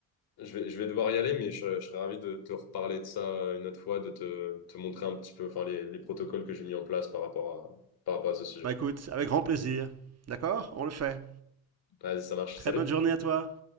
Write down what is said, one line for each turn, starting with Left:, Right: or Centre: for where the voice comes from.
Left: je vais, je vais devoir y aller, mais je, je serais ravi de te reparler de ça une autre fois, de te, te montrer un petit peu enfin, les, les protocoles que j'ai mis en place par rapport à, par rapport à ce sujet.
Right: Bah écoute, avec grand plaisir. D'accord On le fait.
Left: Vas-y, ça marche.
Right: Très
Left: Salut!
Right: bonne journée à toi.